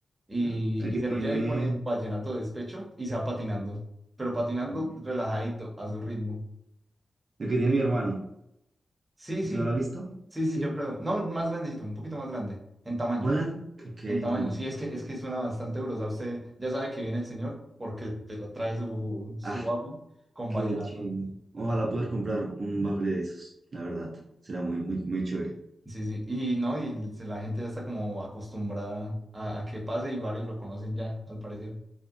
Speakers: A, on the right; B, on the right.
A: Y,
B: Ya. El que
A: y se
B: tiene.
A: lo lleva y pone vallenato de despecho y se va patinando. Pero patinando
B: El
A: relajadito, a su ritmo.
B: que tiene mi hermano.
A: Sí,
B: ¿Usted
A: sí.
B: no lo ha visto?
A: Sí, sí,
B: ¿Sí?
A: yo creo. No, más grandecito, un poquito más grande. En tamaño.
B: Magan, ok,
A: En tamaño.
B: no encu-
A: Sí, es que, es que suena bastante duro. O sea, usted ya sabe que viene el señor porque te lo trae su, su
B: Ah,
A: waffle con
B: qué
A: vallenato.
B: ching. Ojalá poder comprar un bafle de esos, la verdad. Será muy, muy, muy chévere.
A: Sí, sí, y no, y se- la gente ya está como acostumbrada a, a que pase y varios lo conocen ya, al parecer,